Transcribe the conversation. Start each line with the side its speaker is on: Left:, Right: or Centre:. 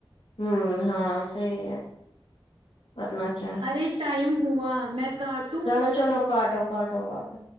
Left: ہوں ہاں صحیح ہے اپنا کیا
Right: ارے ٹائم ہوا میں کاٹ
Left: چلو چلو کاٹو کاٹو کاٹو